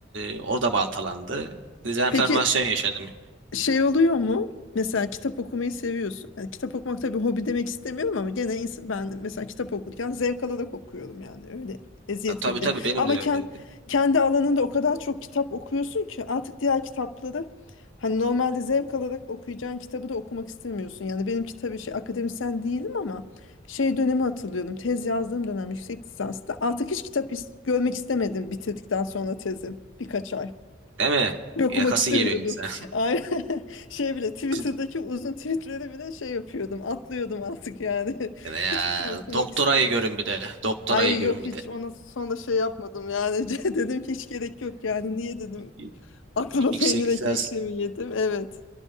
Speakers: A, on the right; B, on the left.
A: e, orada baltalandı. Dezenformasyon
B: Peki
A: yaşadım.
B: şey oluyor mu? Mesela kitap okumayı seviyorsun. Yani kitap okumak tabii hobi demek istemiyorum ama gene ins- ben mesela kitap okurken zevk alarak okuyorum yani öyle eziyet
A: Ya, tabii
B: gibi
A: tabii
B: de.
A: benim
B: Ama
A: de
B: ken-
A: öyleydi.
B: kendi alanında o kadar çok kitap okuyorsun ki artık diğer kitapları hani normalde zevk alarak okuyacağın kitabı da okumak istemiyorsun. Yani benimki tabii şey akademisyen değilim ama şey dönemi hatırlıyorum. Tez yazdığım dönem yüksek lisansta artık hiç kitap is- görmek istemedim bitirdikten sonra tezi birkaç ay.
A: Değil mi?
B: Yok,
A: Yakası
B: Okumak istemiyordum.
A: geliyor insan.
B: Aynen. <laughs> Şey bile Twitter'daki
A: <laughs>
B: uzun tweetleri bile şey yapıyordum. Atlıyordum artık yani. <laughs>
A: Ya, ya,
B: Hiçbir şey okumak
A: doktorayı
B: istemiyordum.
A: görün bir de. Doktorayı
B: Ay
A: görün
B: yok
A: bir
B: hiç
A: de.
B: ona sonra şey yapmadım yani. <laughs> Dedim ki hiç gerek yok yani. Niye dedim
A: Y-
B: aklıma peynir
A: Yüksek
B: ekmekle
A: lisans,
B: mi yedim? Evet.